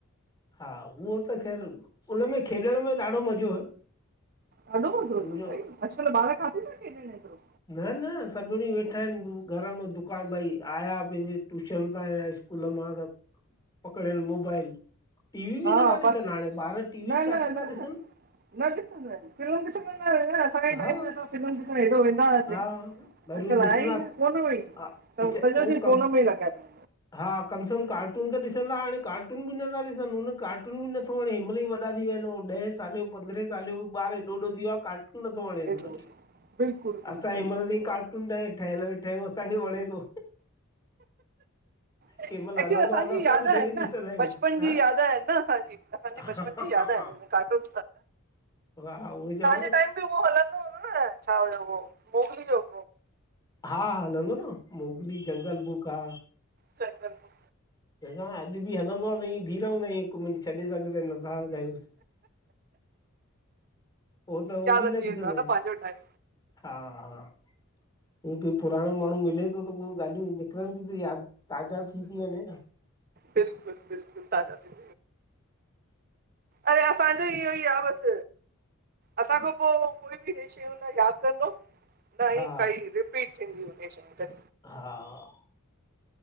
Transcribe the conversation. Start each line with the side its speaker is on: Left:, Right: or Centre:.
Left: हा उहो त ख़ैर उन में खेॾण में ॾाढो मज़ो
Right: ॾाढो मज़ो
Left: सम्झो
Right: हुयो भाई अॼकल ॿार काथे था खेॾण एयरो।
Left: न-न सॼो ॾीं वेठा आयन घर में दुकान भई आया पैंजे ट्यूशन तां ऐं स कूल मां त पकड़ेन मोबाइल। टीवी
Right: हा
Left: ॿि नथा
Right: बसि
Left: ॾिसन हाणे ॿार टीवी
Right: न
Left: ॿि काथे
Right: न
Left: था
Right: न
Left: ॾिसन।
Right: न ॾिसंदां आयन फिल्म ॾिसंदां न आयन असांजे
Left: हा
Right: टाईम ते असां फिल्म ॾिसन एॾो वें वेंदा हुयासि
Left: हा पहिरियों
Right: अॼकल
Left: ॾिसंदा
Right: आई न फोन में ई
Left: हा, पिच
Right: त सॼो
Left: हो
Right: ॾींह
Left: कम
Right: फोन में ई लॻा पया आयन।
Left: हा कम से कम कार्टून त ॾिसंदा हाणे कार्टून ॿि नथा ॾिसन हुन कार्टून ॿि नथा हणे हिमहिल ई वॾा थी विया अन ॾह साल पंदहे साले ॼो ॿार एॾो वॾो थीयो आ। कार्टून नथो वणेस हुनखे
Right: हेॾो बिल्कुलु बिल्कुलु
Left: असांॼी उमर में कार ठहियल मेठायूं असांखे वणे थो।
Right: अक्चूली
Left: कंहिंमहिल हलंदो
Right: असांजी
Left: आहे त असां
Right: याद
Left: बि
Right: आयन
Left: खणी
Right: न
Left: ॾिसंदा आहियूं
Right: बचपन
Left: हा
Right: ॼी याद आयन न असांॼी, असांॼी
Left: हा
Right: बचपन ॼी यादि आयनं। कार्टून
Left: हा-हा उहई चऊ।
Right: अ टाइम ॿि उह हलंदो न छा उहो मोगिल वियो।
Left: हा-हा हलंदो न मोगली जंगल बुक आ।
Right: ब बिलक
Left: असा अॼ ॿि हलंदो आ त बीह रहंदा आयूं हिक मिंट छॾे सघ तक नज़ार हंद आयूं। उह त उहो
Right: यादि
Left: ॿि
Right: अची
Left: न
Right: वेंदो
Left: ॾिसंदा
Right: आहे
Left: आयन
Right: पंहिंजो टाइम
Left: हा-हा। हं कोई पुराणो माणू मिले थो त पो ॻालियूं निकिरन थियूं त याद ताज़ा थी थी वञे न‌।
Right: बिल्कुल-बिल्कुल ताज़ा द अड़े असांजो इयो ई आ बस। असांखा पो कोई ॿि इ शयु हुन न याद कंदो। न
Left: हा
Right: ई कई रिपीट थींदीउ शयूं गॾ।
Left: हा